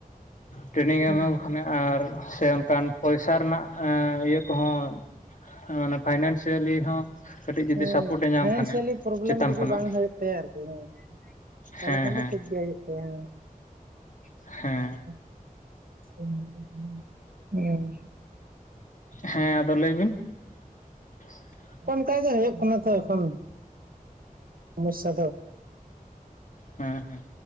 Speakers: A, on the left (about 60°); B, on the right (about 75°).
A: ᱴᱨᱮᱱᱤᱝᱮ
B: ᱦᱩᱸ
A: ᱮᱢᱟ ᱠᱚ ᱠᱷᱟᱱᱮ ᱟᱨ ᱥᱮ ᱚᱱᱠᱟᱱ ᱯᱚᱭᱥᱟ ᱨᱮᱱᱟᱜ ᱮᱸ ᱤᱭᱟᱹ ᱠᱚᱦᱚᱸ ᱚ ᱢᱟᱱᱮ ᱯᱷᱟᱭᱱᱟᱱᱥᱤᱭᱟᱞᱤ ᱦᱚᱸ ᱠᱟᱹᱴᱤᱡ ᱡᱩᱫᱤ
B: ᱦᱮᱸ
A: ᱥᱟᱯᱳᱨᱴ ᱮ ᱧᱟᱢ
B: ᱯᱷᱟᱭᱱᱮᱱᱥᱤᱭᱟᱞᱤ
A: ᱠᱷᱟᱱᱮ
B: ᱯᱨᱚᱵᱞᱮᱢ
A: ᱪᱮᱛᱟᱱ
B: ᱡᱩᱫᱤ
A: ᱠᱷᱚᱱᱟᱜ
B: ᱵᱟᱝ ᱦᱳᱭᱳᱜ ᱛᱟᱭᱟ ᱟᱨᱠᱤ ᱦᱮᱸ, ᱛᱟᱦᱚᱞᱮ
A: ᱦᱮᱸ
B: ᱠᱷᱟᱱ
A: ᱦᱮᱸ
B: ᱫᱚ ᱴᱷᱤᱠ ᱜᱮᱭᱟ ᱦᱳᱭᱳᱜ ᱛᱟᱭᱟ ᱦᱮᱸ,
A: ᱦᱮᱸ,
B: <inaudible>
A: ᱦᱮᱸ, ᱟᱫᱚ ᱞᱟᱹᱭ ᱵᱤᱱ? <unintelligible>
B: ᱚᱝᱠᱟ ᱜᱮ ᱦᱳᱭᱳᱜ ᱠᱟᱱᱟ ᱛᱚ ᱮᱠᱷᱚᱱ ᱥᱚᱢᱚᱥᱥᱟ ᱫᱚ,
A: ᱦᱮᱸ ᱦᱮᱸ,